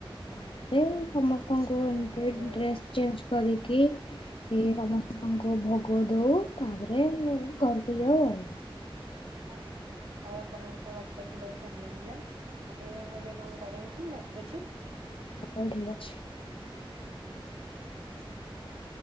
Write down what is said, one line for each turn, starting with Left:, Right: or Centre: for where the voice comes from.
Left: ତା ରେ ସମସ୍ତଙ୍କୁ
Right: ଆଚ୍ଛା ବହୁତ
Left: ଏମିତି
Right: ଭଲ କଥା
Left: ଡ୍ରେସ ଚେଞ୍ଜ କରିକି କି ସମସ୍ତଙ୍କୁ ଭୋଗ ଦଉ ତାପରେ ଘରକୁ ଯାଉ ଆଉ। <inaudible>
Right: ହଁ ହଉ ଆପଣଙ୍କ ସହ କଥା ହେଇକି ବହୁତ ଭଲ ଲାଗିଲା ଆପଣ ଯାହା ଏବେ କଣ କରନ୍ତୁ। ରଖୁଛି।
Left: ହ ଠିକ ଅଛି।
Right: <inaudible>